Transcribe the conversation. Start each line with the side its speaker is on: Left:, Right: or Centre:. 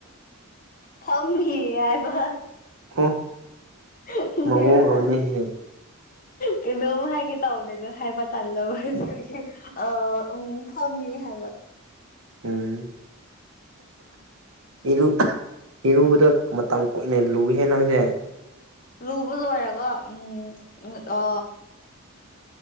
Left: ꯐꯝꯅꯤ ꯌꯥꯕ
Right: <unintelligible>
Left: <unintelligible>
Right: ꯃꯑꯣꯡ ꯑꯃꯅꯦꯍꯦ
Left: ꯀꯩꯅꯣꯝ ꯍꯥꯏꯒꯦ ꯇꯧꯕꯅꯦꯅꯣ ꯍꯥꯏꯕ ꯇꯜꯂꯕ ꯑ ꯎ ꯐꯝꯔꯤ ꯍꯒ
Right: ꯎꯝ ꯏꯔꯨ ꯏꯔꯨꯕꯗ ꯃꯇꯝ ꯀꯨꯏꯅ ꯂꯨꯏꯍꯦ ꯅꯪꯁꯦ
Left: ꯔꯨꯕꯁꯨꯔꯒ ꯎꯝ ꯑ